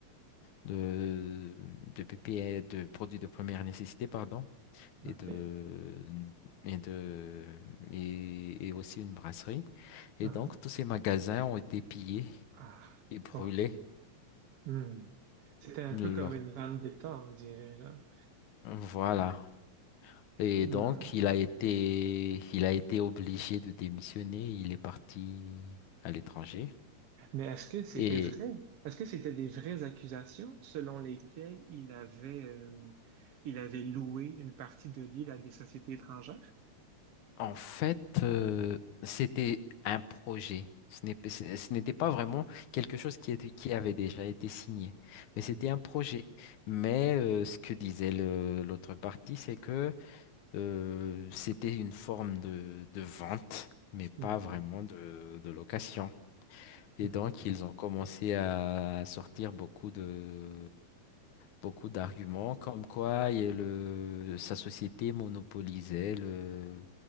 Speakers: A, on the left (about 80°); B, on the right (about 60°).
A: de de PPE de produits de première nécessité pardon et
B: OK.
A: de et de et, et aussi une brasserie et
B: uh
A: donc tous ces magasins ont été pillés
B: Ah,
A: et brûlés
B: OK. Hmm. C'était un
A: Leur-
B: peu comme une vendetta, on dirait, là.
A: voilà et
B: Hmm.
A: donc il a été il a été obligé de démissionner il est parti à l'étranger
B: Mais est-ce que c'était
A: Et
B: vrai? Est-ce que c'était des vraies accusations selon lesquelles il avait, euh, il avait loué une partie de l'île à des sociétés étrangères?
A: En fait, euh, c'était un projet. Ce n'est- ce- ce n'était pas vraiment quelque chose qui, était- qui avait déjà été signé, mais c'était
B: Hmm.
A: un projet. Mais euh, ce que disait le- l'autre partie, c'est que euh, c'était une forme de, de vente, mais pas
B: Mhm.
A: vraiment de, de location.
B: Mhm.
A: Et donc, ils ont commencé à sortir beaucoup de, beaucoup d'arguments comme quoi il y a le, sa société monopolisait le,